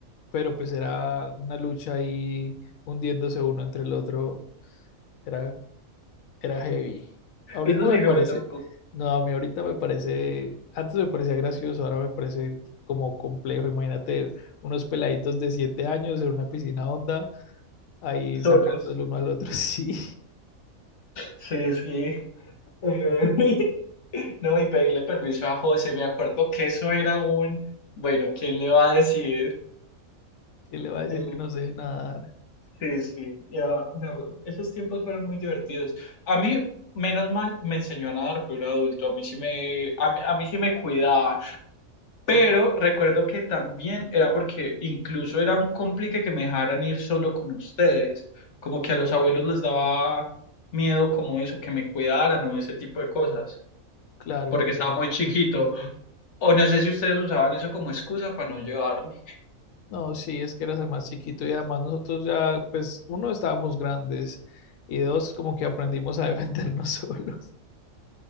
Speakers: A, on the left; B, on the left.
A: Pero pues era una lucha ahí hundiéndose uno entre el otro. Era era heavy. Ahorita
B: Eso sí,
A: me parece,
B: no me tocó
A: no, a mí ahorita me parece, antes me parecía gracioso, ahora me parece como complejo. Imagínate unos peladitos de siete años en una piscina honda, ahí
B: solos.
A: sacando el uno al otro, <laughs> sí.
B: Sí, sí. Eh, <laughs> No, y pedirle permiso a José, me acuerdo que eso era un, bueno, ¿quién le va a decir?
A: ¿Quién le va a decir
B: Eh,
A: que no se deje nadar?
B: Sí, sí, era, me acu- esos tiempos fueron muy divertidos. A mí, menos mal, me enseñó a nadar, fui un adulto, a mí sí me, a mí, a mí sí me cuidaban, pero
A: No,
B: recuerdo que también era porque incluso era un complique que me dejaran ir solo con ustedes, como que a los abuelos les daba miedo como eso, que me cuidaran o ese tipo de cosas,
A: Claro,
B: porque
A: porque
B: estaba
A: eras
B: muy
A: más
B: chiquito,
A: chiquito.
B: o no sé si ustedes usaban eso como excusa para no llevarme.
A: No, sí, es que eras el más chiquito y además nosotros ya, pues, uno, estábamos grandes y dos, como que aprendimos a defendernos <laughs> solos.